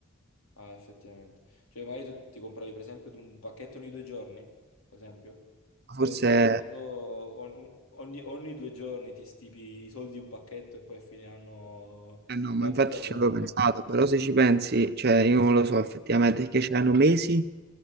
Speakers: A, on the left (about 85°); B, on the right (about 50°).
A: Ah, effettivamente. Cioè, magari tu ti compravi, per esempio, di un pacchetto ogni due giorni, per esempio. Potresti
B: forse
A: averlo on- ogni, ogni due giorni ti stipi i soldi di un pacchetto e poi a fine anno
B: eh no, ma
A: ti apri
B: infatti
A: e da
B: ci avevo
A: male.
B: pensato, però se ci pensi, cioè io non lo so effettivamente, perché c'erano mesi